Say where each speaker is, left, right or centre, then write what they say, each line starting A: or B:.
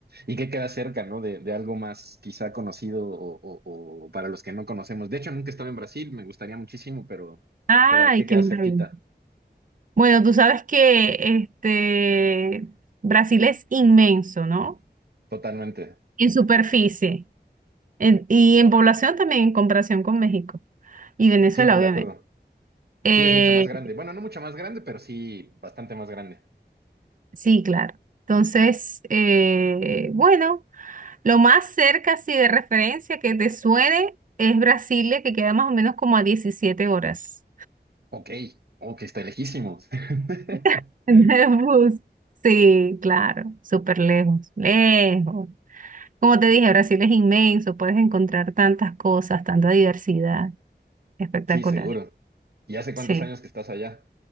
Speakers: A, on the right (about 65°); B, on the right (about 50°).
A: ¿Y qué queda cerca, ¿no? De, de algo más quizá conocido o, o- o para los que no conocemos. De hecho, nunca he estado en Brasil, me gustaría muchísimo, pero
B: Ay,
A: ¿qué queda, qué queda
B: qué maravilla.
A: cerquita?
B: Bueno, tú sabes que este Brasil es inmenso, ¿no?
A: Totalmente.
B: En superficie en- y en población también en comparación con México y Venezuela,
A: Sí, ¿no?
B: obviamente.
A: De acuerdo.
B: Eh,
A: Sí, es mucho más grande. Bueno, no mucho más grande, pero sí bastante más grande.
B: sí, claro. Entonces, eh, bueno. Lo más cerca, sí, de referencia que te suene es Brasilia, que queda más o menos como a diecisiete horas
A: Ok, ok, está lejísimos. <laughs>
B: <laughs> de bus. Sí, claro, súper lejos, lejos. Como te dije, Brasil es inmenso, puedes encontrar tantas cosas, tanta diversidad. Espectacular.
A: Sí, seguro. ¿Y hace cuántos
B: Sí.
A: años que estás allá?